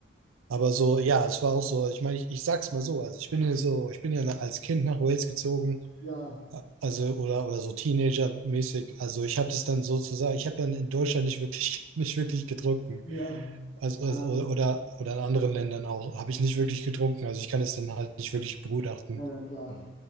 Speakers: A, on the right; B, on the left.
A: Aber so, ja, es war auch so. Ich meine, ich, ich sag's mal so. Also, ich bin hier so, ich bin ja als Kind nach Wales gezogen.
B: Ja.
A: Also, oder, oder so Teenager-mäßig. Also, ich habe das dann sozusagen, ich habe dann in Deutschland nicht wirklich, <laughs> nicht wirklich getrunken.
B: Ja,
A: Also, also-
B: ähm,
A: oder, oder in anderen Ländern auch, habe ich nicht wirklich getrunken. Also, ich kann es dann halt nicht wirklich begutachten.
B: na ja, klar.